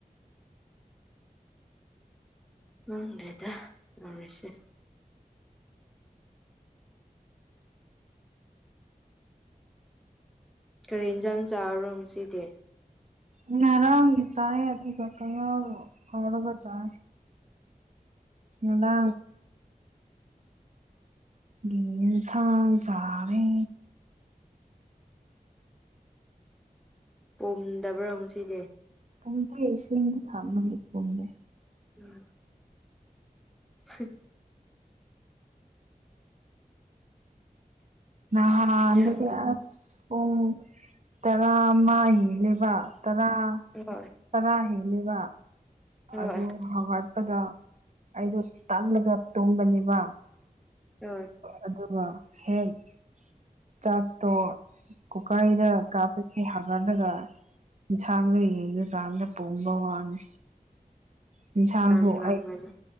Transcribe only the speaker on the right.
ꯉꯔꯥꯡꯒꯤ ꯆꯥꯏ ꯑꯗꯨꯒ ꯇꯉꯜ ꯍꯧꯥꯎꯔꯕ ꯆꯥꯏ ꯑꯗꯥ ꯒꯤꯟꯁꯥꯡ ꯆꯔꯦ
ꯀꯨꯡ ꯇ ꯑꯦꯁꯨꯣꯏ ꯏꯗꯤ ꯊꯝꯃꯅꯤ ꯀꯨꯝꯗꯦ
ꯑ
ꯑꯟꯗꯗꯤ ꯑ ꯄꯨꯡ ꯇꯔꯥꯃ ꯍꯤꯅꯦꯕ ꯇꯔꯥ
ꯇꯔꯥ ꯍꯦꯜꯂꯤꯕ
ꯑꯗꯨ ꯐꯧꯒꯠꯄꯗ ꯑꯩꯗꯣ ꯇꯜꯂꯒ ꯇꯨꯝꯕꯅꯦꯕ
ꯑꯗꯨꯒ ꯍꯦꯛ ꯆꯥꯛꯇꯣ ꯀꯨꯀꯥꯏꯗ ꯀꯥꯞꯄꯒꯤ ꯍꯥꯒꯠꯂꯒ ꯌꯦꯟꯁꯥꯡꯗ ꯌꯦꯔꯀꯥꯟꯗ ꯄꯣꯝꯕ ꯋꯥꯅꯤ ꯌꯦꯟꯁꯥꯡꯁꯨꯛ
ꯑꯩ